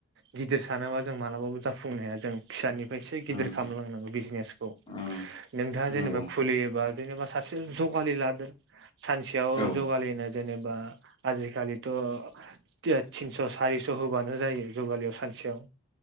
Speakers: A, on the right; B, on the left.
A: गिदिर सानोबा जों मालाबाबो जाफुंनो हाया। जों फिसानि फायसो गिदिर
B: उम
A: खालामलांनांगौ बिजनेसखौ।
B: उम
A: नोंथाङा जेनेबा
B: नंगौ
A: खुलियोबा जेनेबा सा सो जगालि लादो। सानसेयाव
B: औ
A: जौगालिनो जेनेब बा आजिखालिथ' ते <unintelligible> थिनस' सारिस' होबानो जायो जुगालियाव सानसेयाव।